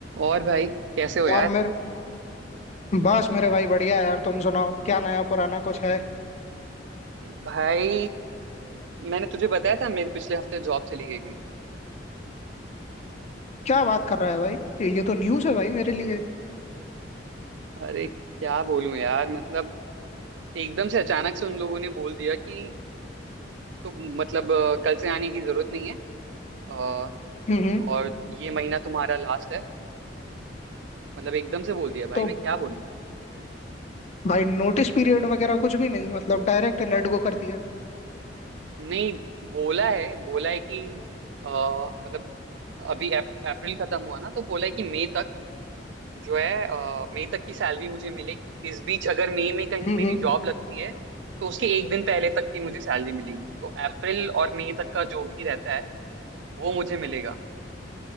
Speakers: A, on the right; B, on the left.
A: और भाई कैसे हो यार
B: और मेरे बस मेरे भाई बढ़िया है यार तुम सुनाओ क्या नया पुराना कुछ है
A: भाई मैंने तुझे बताया था मेरे पिछले हफ्ते जॉब चली गई थी
B: क्या बात कर रहा है भाई ये तो न्यूज़ है भाई मेरे लिए
A: अरे क्या बोलूं यार मतलब एकदम से अचानक से उन लोगों ने बोल दिया कि तुम मतलब अ, कल से आने की जरूरत नहीं है अ,
B: हम्म हम्म।
A: और ये महीना तुम्हारा लास्ट है मतलब एकदम से बोल दिया भाई
B: तो
A: मैं क्या बोलूं
B: भाई नोटिस पीरियड वगैरह कुछ भी नहीं मतलब डायरेक्ट लेट गो कर दिया
A: नहीं बोला है बोला है कि अ, मतलब अभी अप, अप्रैल खत्म हुआ ना तो बोला है कि मई तक जो है अ, मई तक की सैलरी मुझे मिलेगी इस बीच अगर मई में कहीं
B: हम्म
A: मेरी
B: हम्म
A: जॉब लगती है तो उसके एक दिन पहले तक की मुझे सैलरी मिलेगी तो अप्रैल और मई तक का जो भी रहता है वो मुझे मिलेगा